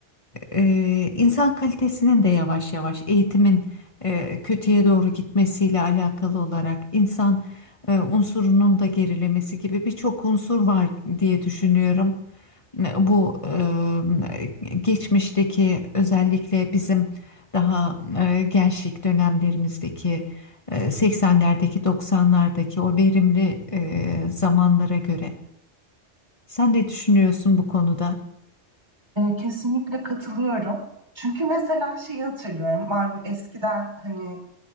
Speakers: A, on the left (about 25°); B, on the right (about 20°).
A: e, insan kalitesinin de yavaş yavaş eğitimin e, kötüye doğru gitmesiyle alakalı olarak insan e, unsurunun da gerilemesi gibi birçok unsur var diye düşünüyorum. E, Bu e, geçmişteki özellikle bizim daha e, gençlik dönemlerimizdeki e, 80'lerdeki 90'lardaki o verimli e, zamanlara göre. Sen ne düşünüyorsun bu konuda?
B: Ee, kesinlikle katılıyorum. Çünkü mesela şeyi hatırlıyorum. Malum eskiden hani